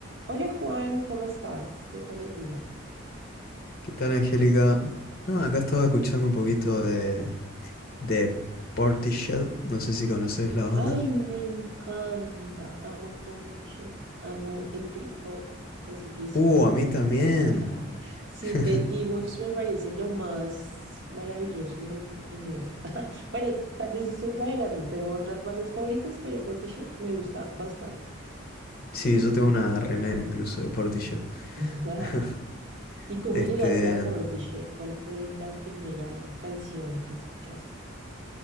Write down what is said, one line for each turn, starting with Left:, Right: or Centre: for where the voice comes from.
Right: Hola Juan, ¿cómo estás? ¿Qué tal el día?
Left: ¿Qué tal, Angélica? No, acá estaba escuchando un poquito de, de Portishead. No sé si conoces la banda.
Right: Ay, me encanta. Amo Portishead, amo el trip hop, así que sí.
Left: Uh, a mí también.
Right: <laughs> Sí,
Left: <laughs>
Right: Beth Gibbons me parece lo más maravilloso del universo. <laughs> Bueno, tal vez estoy exagerando, tengo otras bandas favoritas, pero Portishead me gusta bastante.
Left: Sí, yo tengo una remera incluso de Portishead.
Right: <laughs>
Left: <laughs>
Right: ¿Y cómo
Left: Este,
Right: llegaste a Portishead? ¿Cuál fue la primera canción que escuchaste?